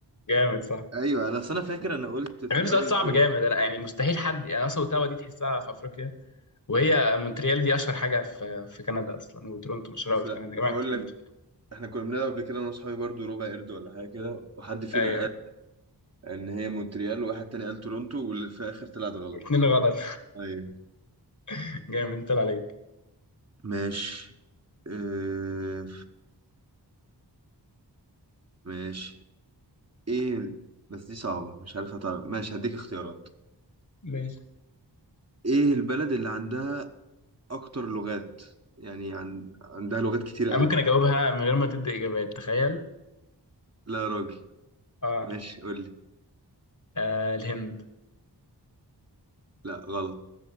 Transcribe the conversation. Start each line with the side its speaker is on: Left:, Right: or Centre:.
Left: جامد صح
Right: ايوه انا اصل انا فاكر انا قلت في
Left: يعني
Right: الاول
Left: سؤال صعب
Right: تورنتو
Left: جامد انا يعني مستحيل حد يعني اصلا اوتاوا دي تحسها في افريقيا وهي مونتريال دي اشهر حاجه في في كندا اصلا وتورونتو مشهوره
Right: اصل
Left: أوي في كندا جامعه
Right: هقول
Left: تورونتو
Right: لك احنا كنا بنلعب قبل كده انا واصحابي برضو ربع قرد ولا حاجه كده وحد فينا
Left: ايوه
Right: قال ان هي مونتريال وواحد تاني قال تورنتو واللي في الاخر طلعت غلط
Left: الاثنين غلط
Right: انا ايوه
Left: <laughs> جامد طلع عليك
Right: ماشي اه... ماشي ايه بس دي صعبه مش عارف هتعرف ماشي هديك اختيارات
Left: ماشي
Right: ايه البلد اللي عندها اكتر لغات يعني عن... عندها لغات كتيره
Left: انا
Right: قوي
Left: ممكن اجاوبها من غير ما تدي اجابات تخيل
Right: لا يا راجل
Left: اه
Right: ماشي قول لي
Left: آه الهند
Right: لا غلط